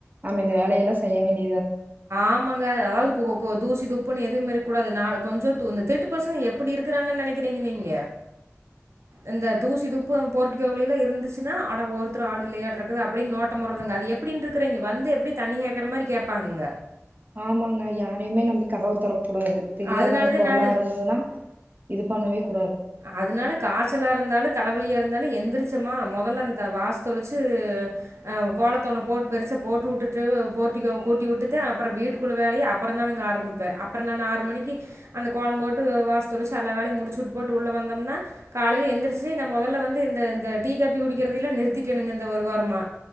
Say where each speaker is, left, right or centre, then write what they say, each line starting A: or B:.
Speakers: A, on the right (about 40°); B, on the right (about 65°).
A: நாம இந்த வேலயெல்லா செய்ய வேண்டிய
B: ஆமாங்க அதாவது கொ கொ தூசி துப்புன்னு எதுவுமே இருக்க கூடாது கொஞ்ச இந்த திருட்டு பசங்க எப்பிடி இருக்கிறாங்கன்னு நெனக்கிறீங்க நீங்க இந்த தூசி துப்பு போர்டிகோவில எல்லா இருந்துச்சுன்னா அட ஒருத்தர் ஆள் இல்லையாட்டு இருக்குது அப்படின்டு நோட்டமுடுரதுங்க அது எப்டின்னு இருக்குறீங்க வந்து எப்பிடி தண்ணி கேட்கற மாதிரி கேட்பாங்க
A: ஆமாங்க யாரையுமே நம்பி கதவத் தொறக் கூடாது தெரியாதவங்க
B: அதனால தான்
A: குரலா
B: நானு
A: இருந்துதுன்னா இது பண்ணவே கூ
B: அதனால காய்ச்சலாருந்தாலு தலைவலியாருந்தாலும் எந்திரிச்சமா மொதல்ல அந்த வாச தொளச்சு ஆ கோலத்த ஒன்னு போட் பெருசா போட்டுவுட்டுட்டு போர்ட்டிகோவ கூட்டிவுட்டுதா அப்பற வீட்டுக்குள்ள வேலய அப்பறந்தானுங்க ஆரம்பிப்பே அப்பற நானு ஆறு மணிக்கு அந்த கோலம் போட்டு வாச தொளிச்சு எல்லா வேலயு முடிச்சுவுட்டு போட்டு உள்ள வந்தோம்னா காலையில எந்திரிச்சி நா மொதல்ல வந்து இந்த இந்த டீ காபி குடிக்கறதெல்லா நிறுத்திட்டேனுங்க இந்த ஒரு வாரமா